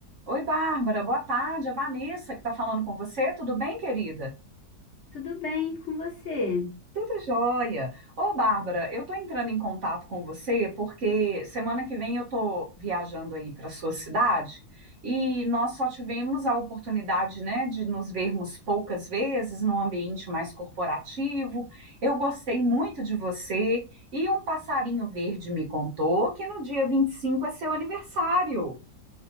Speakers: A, on the right (about 55°); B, on the left (about 50°).
A: Oi, Bárbara, boa tarde. É Vanessa que está falando com você. Tudo bem, querida?
B: Tudo bem com você?
A: Tudo jóia. Ô, Bárbara, eu tô entrando em contato com você porque semana que vem eu tô viajando aí para sua cidade e nós só tivemos a oportunidade, né, de nos vermos poucas vezes num ambiente mais corporativo. Eu gostei muito de você e um passarinho verde me contou que no dia 25 é seu aniversário.